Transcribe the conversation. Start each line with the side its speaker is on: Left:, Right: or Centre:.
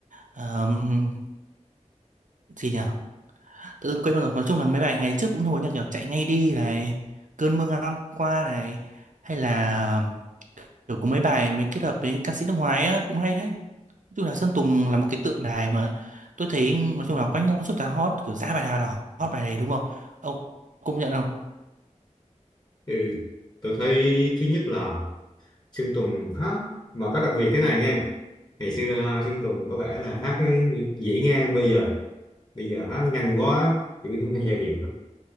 Right: ờm, gì nhở tự dưng quên mất rồi nói chung là mấy bài ngày trước cũng nổi như kiểu chạy ngay đi này cơn mưa ngang qua này hay là kiểu có mấy bài mới kết hợp với ca sĩ nước ngoài á cũng hay đấy nói chung là Sơn Tùng là một cái tượng đài mà tôi thấy nói chung là quanh năm suốt tháng hot kiểu ra bài nào là hot bài này đúng không ông công nhận không
Left: ừ. tôi thấy thứ nhất là Sơn Tùng hát mà có đặc biệt thế này nghe ngày xưa à, Sơn Tùng có vẻ là hát dễ ngang bây giờ bây giờ hát nhanh quá chữ không nghe giai điệu